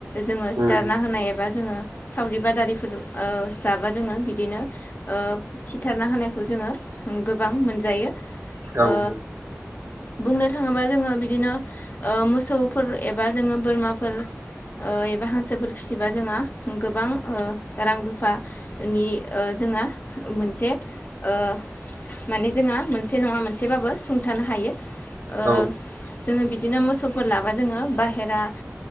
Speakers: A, on the left; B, on the right.
A: जोङो सिथारना
B: उम
A: होनाय एबा जोङो सावरि बादारिफोर ओ जाबा जोङो बिदिनो ओ सिथारना होनायखौ जोङो गोबां मोनजायो।
B: उम
A: ओ बुंनो थाङोबा जोङो बिदिनो ओ मोसौफोर एबा जोङो बोरमाफोर एबा हांसोफोर फिसिबा जोंहा गोबां रां रुफा नि जोंहा मोनसे ओ माने जोंहा मोनसे नङा मोनसेबाबो सुंथानो हायो। ओ
B: औ
A: जोङो बिदिनो मोसौफोर लाबा जोङो बाहेरा